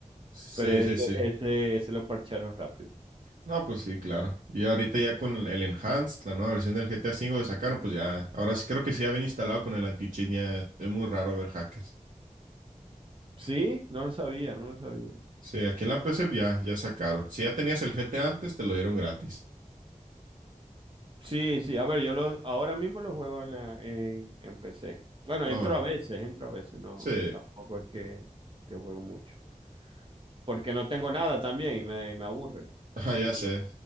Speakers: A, on the right; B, on the right.
A: sí,
B: Pero ese,
A: sí, sí.
B: ese, ese lo parcharon rápido.
A: No, pues sí, claro. Y ahorita ya con el Enhanced, la nueva versión del GTA V que sacaron, pues ya, ahora sí creo que sí ya viene instalado con el anti-cheat, ya es muy raro ver hackers.
B: Sí, no lo sabía, no lo sabía.
A: Sí, aquí en la PC ya, ya sacaron. Si ya tenías el GTA antes, te lo dieron gratis.
B: Sí, sí, a ver, yo lo, ahora mismo lo juego en, la- en, en PC. Bueno,
A: No,
B: entro a veces, entro a veces, no,
A: sí,
B: tampoco es que, que juego mucho. Porque no tengo nada también y me, me aburre.
A: <laughs> ah, ya
B: Y,
A: sé.